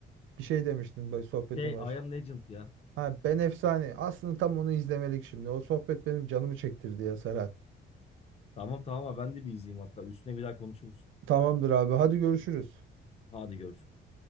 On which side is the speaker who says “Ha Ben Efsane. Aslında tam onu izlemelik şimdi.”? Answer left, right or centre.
Right